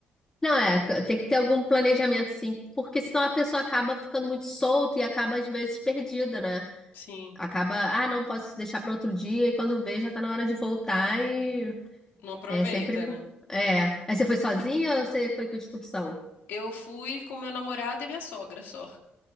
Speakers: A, on the left; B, on the left.
A: Não, é, tem que ter algum planejamento, sim, porque senão a pessoa acaba ficando muito solta e acaba, às vezes, perdida, né?
B: Sim,
A: Acaba, ah, não posso deixar para outro dia, e quando vê, já tá na hora de voltar e
B: não aproveita,
A: é sempre bom.
B: né?
A: É. Aí você foi sozinha ou você foi com excursão?
B: Eu fui com meu namorado e minha sogra só.